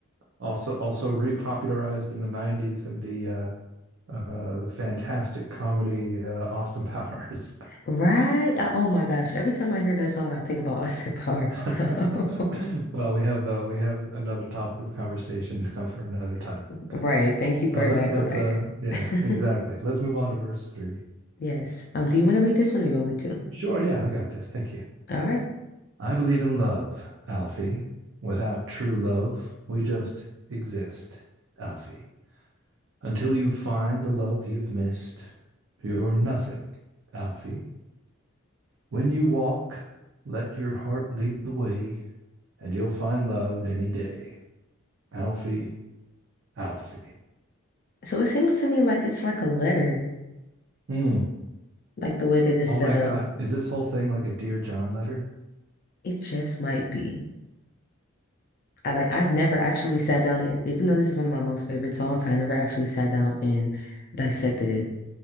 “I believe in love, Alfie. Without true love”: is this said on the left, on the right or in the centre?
Right